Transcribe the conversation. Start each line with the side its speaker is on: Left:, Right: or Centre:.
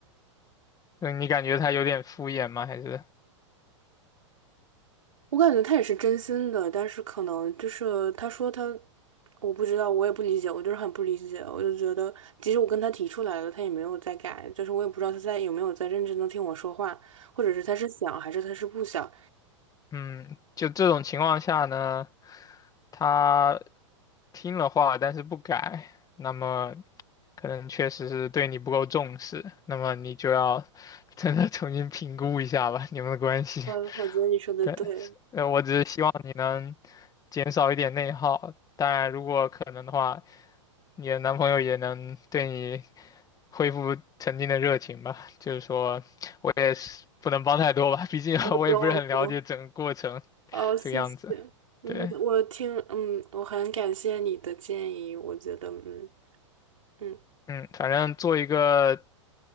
Left: 那你感觉他有点敷衍吗？还是，
Right: 我感觉他也是真心的，但是可能就是他说他，我不知道，我也不理解，我就是很不理解，我就觉得即使我跟他提出来了，他也没有在改，就是我也不知道他在有没有在认真的听我说话，或者是他是想还是他是不想，
Left: 嗯，就这种情况下呢，他听了话，但是不改，那么可能确实是对你不够重视，那么你就要真的重新评估一下吧，你们的关系。
Right: 嗯，
Left: <laughs>
Right: 我觉得你说的对。
Left: 对，呃，我只是希望你能减少一点内耗，当然如果可能的话。你的男朋友也能对你恢复曾经的热情吧。<laughs> 就是说，我也是不能帮太多吧，<laughs> 毕竟我也不是很了解整个过程
Right: 我懂，我懂。哦，谢谢。
Left: 这个样子。
Right: 嗯，
Left: 对，
Right: 我听，嗯，我很感谢你的建议。我觉得，嗯嗯，
Left: 嗯，反正做一个